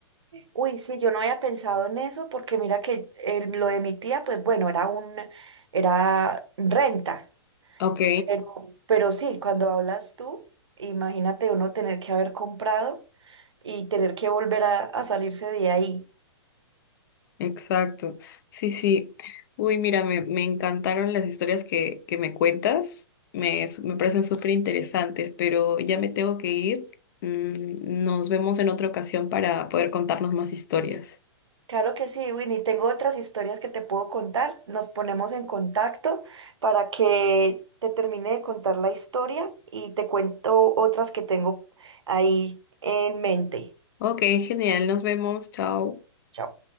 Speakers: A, on the right; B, on the left.
A: Uy, sí, yo no había pensado en eso porque mira que el- lo de mi tía, pues bueno, era un, era renta,
B: Ok,
A: pero, pero sí, cuando hablas tú, imagínate uno tener que haber comprado y tener que volver a, a salirse de ahí.
B: exacto. Sí, sí. Uy, mira, me, me encantaron las historias que, que me cuentas. Me, s- me parecen súper interesantes, pero ya me tengo que ir. Mm, nos vemos en otra ocasión para poder contarnos más historias.
A: Claro que sí, Winnie, tengo otras historias que te puedo contar. Nos ponemos en contacto para que te termine de contar la historia y te cuento otras que tengo ahí en mente.
B: Ok, genial. Nos vemos. Chao.
A: Chao.